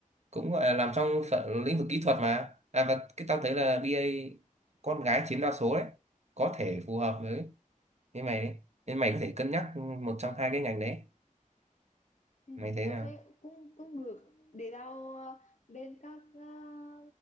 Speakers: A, on the right (about 55°); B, on the left (about 60°).
A: cũng gọi là làm trong phận lĩnh vực kỹ thuật mà à và cái tao thấy là BA con gái chiếm đa số đấy có thể phù hợp với với mày đấy nên mày có thể cân nhắc một trong hai cái ngành đấy
B: Ừ,
A: mày thấy
B: tao
A: nào
B: thấy cũng cũng được để tao ờ, lên các ờ,